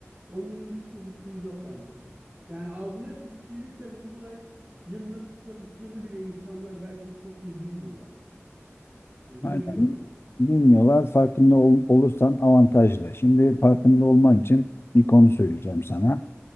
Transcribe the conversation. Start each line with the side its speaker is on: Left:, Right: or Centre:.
Right: Onunla ilgili hiçbir fikrimiz yok bence. Yani algıda seçicilikle olay yıl nasıl çalıştığını bile insanlar belki çok iyi bilmiyorlar. Ama
Left: aynen
Right: ben biliyorum.
Left: bilmiyorlar. Farkında ol- olursan avantajlı. Şimdi farkında olman için bir konu söyleyeceğim sana.